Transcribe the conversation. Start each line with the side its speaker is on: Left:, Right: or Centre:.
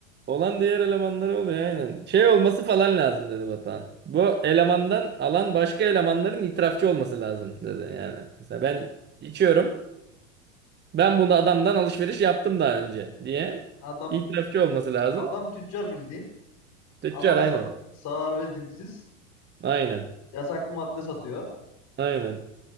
Right: Olan diğer elemanları oluyor aynen. Şey olması falan lazım dedi Batuhan. Bu elemandan alan başka elemanların itirafçı olması lazım dedi yani. Mesela ben içiyorum. Ben bunu adamdan alışveriş yaptım daha önce diye
Left: Adam
Right: itirafçı olması lazım.
Left: adam tüccar bildiğin
Right: Tüccar
Left: ama sa-
Right: aynen.
Left: sağır ve dilsiz,
Right: Aynen.
Left: yasaklı madde satıyor.
Right: Aynen.